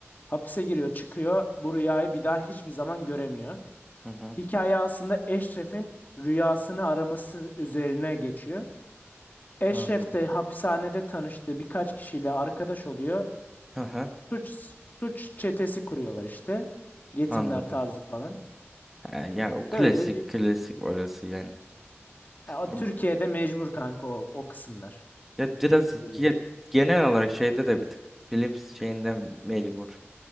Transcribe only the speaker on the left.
Hapise giriyor, çıkıyor. Bu rüyayı bir daha hiçbir zaman göremiyor.
Hikaye aslında Eşref'in rüyasını araması üzerine geçiyor. Eşref
de hapishanede tanıştığı birkaç kişiyle arkadaş oluyor.
Suç suç çetesi kuruyorlar işte. Yetimler
tarzı falan.
Öyle bir
Ya, o
Türkiye'de
mecbur kanka o, o kısımlar.
Öyle
değil.